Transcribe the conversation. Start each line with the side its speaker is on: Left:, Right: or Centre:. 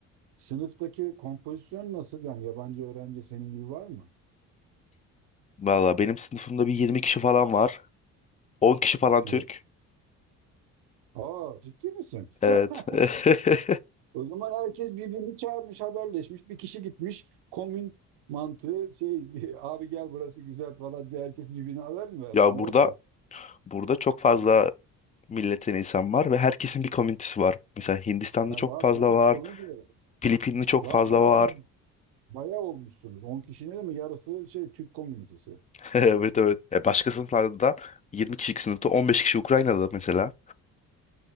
Right: sınıftaki kompozisyon nasıl yani yabancı öğrenci senin gibi var mı?
Left: Valla benim sınıfımda bir 20 kişi falan var. 10 kişi falan Türk.
Right: Evet. Aa ciddi misin?
Left: Evet.
Right: <laughs>
Left: <laughs>
Right: O zaman herkes birbirini çağırmış haberleşmiş bir kişi gitmiş komün mantığı şey <laughs> abi gel burası güzel falan diye herkes birbirine haber mi verdi
Left: Ya
Right: ne
Left: burada
Right: oldu?
Left: burada çok fazla milletten insan var ve herkesin bir komünitesi var. Mesela Hindistanlı
Right: Ha,
Left: çok
Right: var
Left: fazla
Right: canım
Left: var.
Right: işte onu diyorum.
Left: Filipinli çok
Right: Var
Left: fazla
Right: ama
Left: var.
Right: siz bayağı olmuşsunuz. 10 kişinin mi yarısı şey Türk komünitesi.
Left: <laughs> Evet evet. E başka sınıflarda da 20 kişilik sınıfta 15 kişi Ukrayna'da mesela.